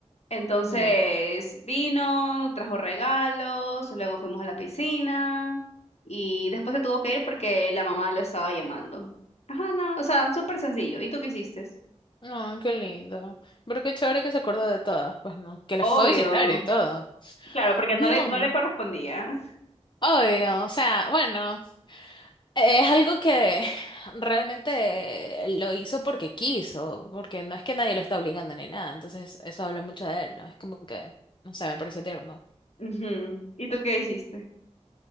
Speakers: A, on the left (about 65°); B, on the left (about 45°).
A: Entonces
B: ya.
A: vino, trajo regalos, luego fuimos a la piscina y después se tuvo que ir porque la mamá lo estaba llamando. Ajá, no, o sea, súper sencillo. ¿Y tú qué hiciste?
B: No, qué lindo. Pero qué chévere que se acordó de todas, pues no, que la
A: Obvio.
B: fue a visitar y todo.
A: Claro, porque
B: Yo.
A: no le, no le correspondía.
B: Obvio, o sea, bueno, es algo que realmente lo hizo porque quiso, porque no es que nadie lo está obligando ni nada, entonces eso habla mucho de él, ¿no? Es como que, no sé, me pareció tierno.
A: Ujú. ¿Y tú qué hiciste?